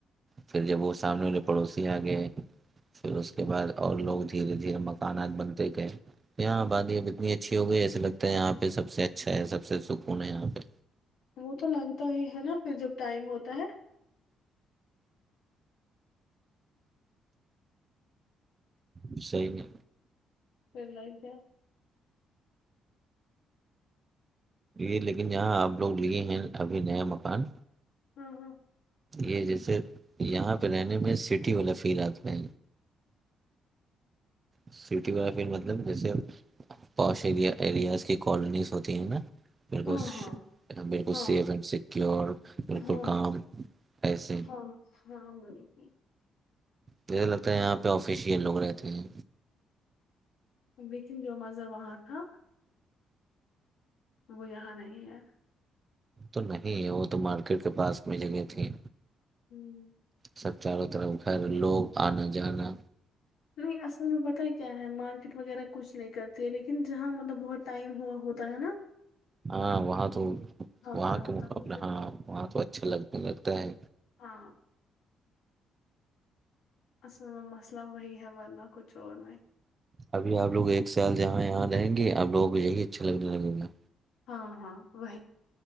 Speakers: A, on the right (about 35°); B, on the left (about 80°).
A: پھر جب وہ سامنے والے پڑوسی آ گئے پھر اس کے بعد اور لوگ دھیرے دھیرے مکانات بنتے گئے تو یہاں بادی اب اتنی اچھی ہو گئی ایسے لگتا ہے یہاں پہ سب سے اچھا ہے سب سکون ہے یہاں پہ
B: وہ تو لگتا ہی ہے نا پھر جب ٹائم ہوتا ہے
A: ہ صحی ہے
B: پ لجد
A: یہ لیکن یہاں آپ لوگ لیے ہیں ابھی نیا مکان
B: ہوں ہوں
A: یہ جیسے یہاں پہ رہنے میں سٹی والا فیلات میں سٹی والا پھر مطلب جیسے پوش ایر ایریاز کی کالونیز ہوتی ہیں نا بالک
B: ہاں ہاں
A: بالکل
B: ہاں
A: سیف اینڈ سیکیور بالکل
B: ہاں
A: کام ایسے
B: ہاں ہاں مئی ت
A: جیسا لگتا ہے یہاں پہ آفیشیل لوگ رہتے ہیں
B: لیکن جو مزہ وہاں تھا وہ یہاں نہیں ہے
A: تو نہیں وہ تو مارکیٹ کے پاس میں جگہ تھی
B: ہوں
A: سب چاروں طرف گھر لوگ آنا جانا
B: نہیں اصل میں پتا کیا ہے مارکیٹ وغیرہ کچھ نہیں کر لیکن جہاں مطلب بہت ٹائم ہوا ہوتا ہے نا
A: ہاں وہاں تو وہاں
B: پر ہوتا
A: کے مقابلے
B: ہے
A: ہاں وہاں تو اچھا لگ لگتا ہے
B: ہاں اصل میں مسئلہ وہی ہے ورنہ کچھ اور میں
A: ابھی آپ لوگ ایک سال جہاں یہاں رہیں گے آپ لوگوں کو یہی اچھا لگنے لگے گا
B: ہاں ہاں وہ